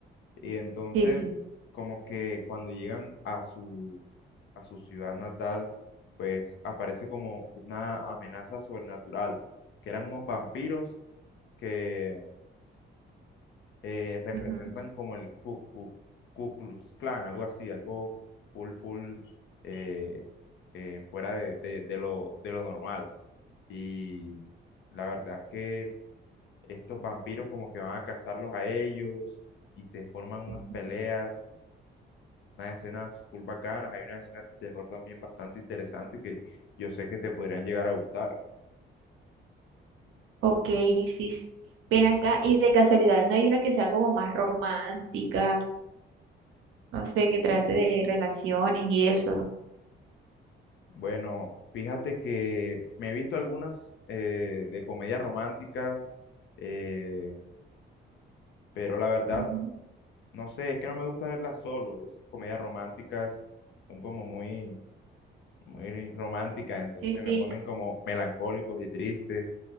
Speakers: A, on the left (about 70°); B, on the right (about 85°).
A: Y entonces,
B: Sí, sí. sí.
A: como que cuando llegan a su, a su ciudad natal, pues aparece como una amenaza sobrenatural, que eran unos vampiros que eh, representan
B: Ujú,
A: como el Ku, Ku- Ku Klux Klan, algo así, algo full, full, eh, eh, fuera de, de- de lo, de lo normal. Y la verdad es que estos vampiros como que van a cazarlos a ellos y se forman unas
B: ujú.
A: peleas unas escenas full bacanas, hay unas escenas de terror también bastante interesantes que yo sé que te podrían llegar a gustar.
B: Ok, sí. sí. Ven acá y de casualidad, ¿no hay una que sea como más romántica? No sé, que trate de relaciones y eso.
A: Bueno, fíjate que me he visto algunas eh, de comedia romántica, eh, pero la verdad,
B: Ujú.
A: no sé, es que no me gusta verlas solo. Esas comedias románticas son como muy, muy románticas, entonces
B: Sí, sí,
A: me ponen como melancólicos y tristes